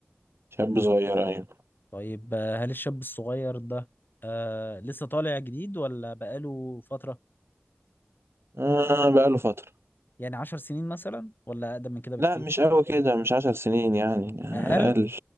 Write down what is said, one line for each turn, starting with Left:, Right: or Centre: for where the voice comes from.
Right: شاب صغير أيوة
Left: طيب آه، هل الشاب الصغير ده آه لسه طالع جديد ولا بقاله فترة
Right: آه بقاله فترة
Left: يعني عشر سنين مثلا ولا أقدم من كده بكتير
Right: لأ مش أوي كده مش عشر سنين يعني
Left: أقل
Right: أقل